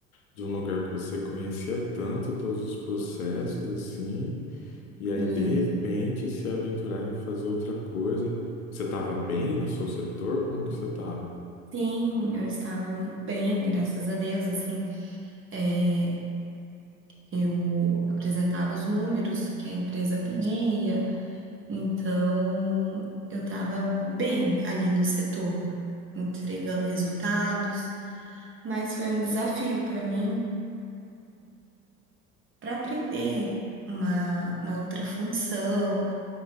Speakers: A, on the left; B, on the right.
A: de um lugar que você conhecia tanto, todos os processos, assim, e aí,
B: e
A: de repente, se aventurar em fazer outra coisa. Você estava bem no seu setor? Como que você estava?
B: sim, eu estava bem, graças a Deus, assim, é, eu apresentava os números que a empresa pedia, então eu estava bem ali no setor, entregando resultados, mas foi um desafio para mim para aprender uma, uma outra função,